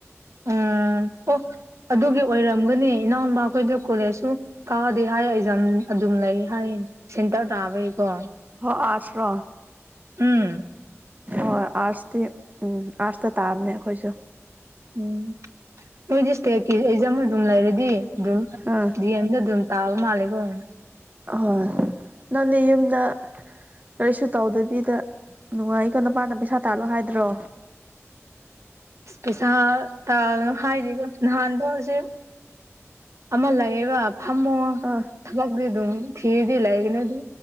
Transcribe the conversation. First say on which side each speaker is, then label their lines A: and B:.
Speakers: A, on the right; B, on the right.
A: ꯎꯝ ꯑꯣ ꯑꯗꯨꯒꯤ ꯑꯣꯏꯔꯝꯒꯅꯤ ꯏꯅꯥꯎꯄꯥ ꯑꯩꯈꯣꯏꯗ ꯀꯣꯂꯦꯖꯁꯨ ꯇꯥꯗꯤ ꯍꯥꯏ ꯑꯦꯖꯥꯝ ꯑꯗꯨꯝ ꯂꯩ ꯍꯥꯏꯌꯦ ꯁꯦꯟꯇꯔ ꯇꯥꯕꯩꯀꯣ
B: ꯍ ꯑꯁ꯭ꯔꯣ
A: ꯎꯝ
B: ꯍꯣꯏꯣꯏ ꯑꯥꯔꯠꯁꯇꯤ ꯎꯝ ꯑꯥꯔꯠꯁꯇ ꯇꯥꯕꯅꯦ ꯑꯩꯈꯣꯏꯁꯨ
A: ꯎꯝ ꯅꯣꯏꯗꯤ ꯏꯁꯇꯦꯠꯀꯤ ꯑꯦꯖꯝ ꯑꯗꯨꯝ ꯂꯩꯔꯗꯤ ꯑꯗꯨꯝ
B: ꯑꯥ
A: ꯗꯤ ꯑꯦꯝꯗ ꯑꯗꯨꯝ ꯇꯥꯜ ꯃꯥ ꯂꯩꯕꯣꯣꯡ
B: ꯑꯍꯣꯏ ꯅꯪꯗꯤ ꯌꯨꯝꯗ ꯀꯔꯤꯁꯨ ꯇꯧꯗꯕꯤꯗ ꯅꯨꯡꯉꯥꯏ ꯑꯩꯈꯣ ꯅꯨꯄꯥꯥꯟꯗ ꯄꯩꯁꯥ ꯇꯥꯜꯂꯣ ꯍꯥꯏꯗ꯭ꯔꯣ
A: ꯄꯩꯁꯥ ꯇꯥꯜꯂꯣ ꯍꯥꯏꯔꯤꯕ ꯅꯍꯥꯟꯗꯣ ꯍꯧꯖꯤꯛ ꯑꯃ ꯂꯩꯌꯦꯕ ꯐꯝꯃꯣ
B: ꯑꯥ
A: ꯊꯕꯛꯗꯤ ꯑꯗꯨꯝ ꯊꯤꯔꯗꯤ ꯂꯩꯒꯅꯤ ꯑꯗꯨ